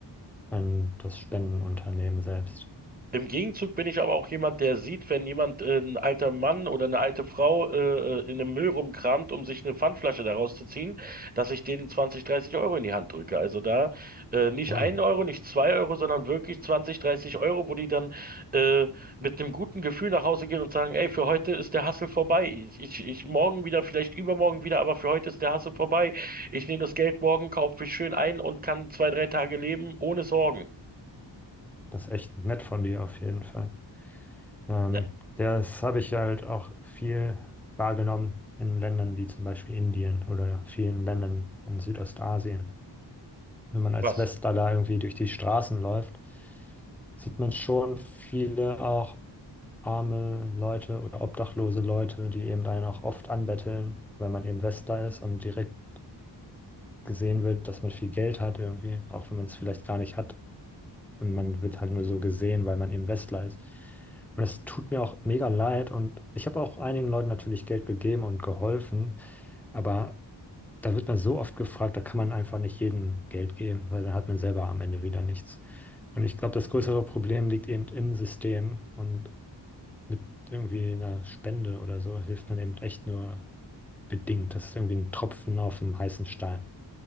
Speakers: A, in the centre; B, on the right.
A: an das Spendenunternehmen selbst.
B: Im Gegenzug bin ich aber auch jemand, der sieht, wenn jemand, äh, ein alter Mann oder eine alte Frau, äh, äh, in einem Müll rumkramt, um sich eine Pfandflasche daraus zu ziehen, dass ich denen 20, 30 Euro in die Hand drücke. Also da, äh, nicht
A: Wow,
B: einen Euro, nicht zwei Euro, sondern wirklich 20, 30 Euro, wo die dann, äh, mit einem guten Gefühl nach Hause gehen und sagen, ey, für heute ist der Hassel vorbei. Ich, ich, ich morgen wieder, vielleicht übermorgen wieder, aber für heute ist der Hassel vorbei. Ich nehme das Geld morgen, kaufe mich schön ein und kann zwei, drei Tage leben ohne Sorgen.
A: das ist echt nett von dir auf jeden Fall. Ähm,
B: Ne,
A: das habe ich halt auch viel wahrgenommen in Ländern wie zum Beispiel Indien oder vielen Ländern in Südostasien. Wenn man als
B: was?
A: Westler irgendwie durch die Straßen läuft, sieht man schon viele auch arme Leute oder obdachlose Leute, die eben einen auch oft anbetteln, weil man eben Westler ist und direkt gesehen wird, dass man viel Geld hat irgendwie, auch wenn man es vielleicht gar nicht hat. Und man wird halt nur so gesehen, weil man eben Westler ist. Und das tut mir auch mega leid. Und ich habe auch einigen Leuten natürlich Geld gegeben und geholfen. Aber da wird man so oft gefragt, da kann man einfach nicht jedem Geld geben, weil dann hat man selber am Ende wieder nichts. Und ich glaube, das größere Problem liegt eben im System. Und mit irgendwie einer Spende oder so hilft man eben echt nur bedingt. Das ist irgendwie ein Tropfen auf dem heißen Stein.